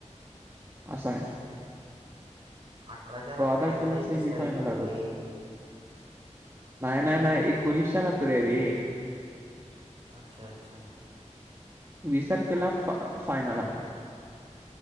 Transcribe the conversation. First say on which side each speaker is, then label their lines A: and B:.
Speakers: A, on the right (about 20°); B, on the right (about 45°).
A: अससा आहे
B: अठराच्या रात्री
A: सहाटः
B: आहे म्हणजे
A: खेला समिफयनल
B: वीस तारीख येते
A: लागत
B: रे
A: नाही नाही नाही एकोणीसशलात आहे रे
B: अच्छा अच्छा
A: विसार केला फ फायनल आहे